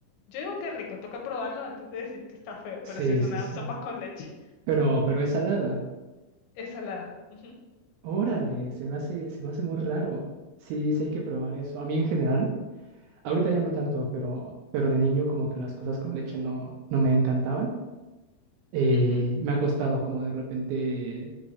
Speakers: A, on the left (about 80°); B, on the right (about 80°).
A: yo digo que es rico, toca probarlo antes de decir que está feo, pero
B: Sí,
A: sí es una
B: sí, sí.
A: sopa con leche,
B: Pero, pero es salada.
A: es salada. Ujú,
B: Órale, se me hace, se me hace muy raro. Sí, sí hay que probar eso. A mí en general, ahorita ya no tanto, pero, pero de niño como que las cosas con leche no, no me encantaban. Eh,
A: ujú.
B: me ha costado como de repente